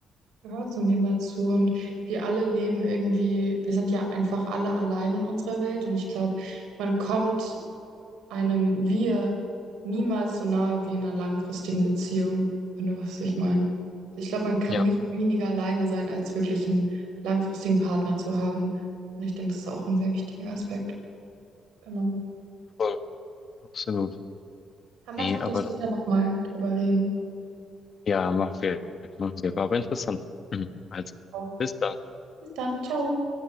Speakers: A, on the right (about 90°); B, on the left (about 45°).
A: gehört zunehmend dazu und wir alle leben irgendwie, wir sind ja einfach alle allein in unserer Welt und ich glaube, man kommt einem Wir niemals so nahe wie in einer langfristigen Beziehung, wenn du weißt, was ich meine. Ich glaube, man kann
B: Ja,
A: nicht weniger alleine sein, als wirklich einen langfristigen Partner zu haben. Und ich denke, das ist auch ein sehr wichtiger Aspekt. Genau.
B: voll, absolut.
A: Dann lass
B: Nee,
A: doch
B: aber
A: das später
B: das
A: nochmal drüber reden.
B: Ja, machen wir. Machen wir. War aber interessant. <clears throat> Mhm. Also,
A: Auch.
B: bis dann.
A: Bis dann. Ciao.